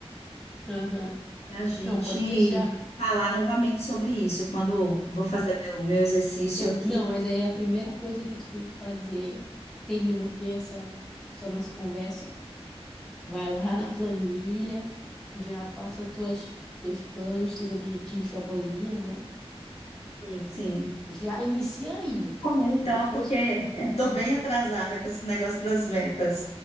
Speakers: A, in the centre; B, on the left (about 85°).
A: Aham.
B: E a gente
A: Não, pode deixar.
B: falar novamente sobre isso quando eu vou fazer o meu, meu exercício
A: Eu,
B: aqui.
A: não, mas aí a primeira coisa que tu tem que fazer, terminou aqui essa, essa nossa conversa, vai lá na planilha, já passa tuas, teus planos, teus objetivos para a planilha, né?
B: Sim, sim.
A: Já inicia aí.
B: Correr então,
A: Depois,
B: porque <laughs> estou bem atrasada com esse negócio das metas,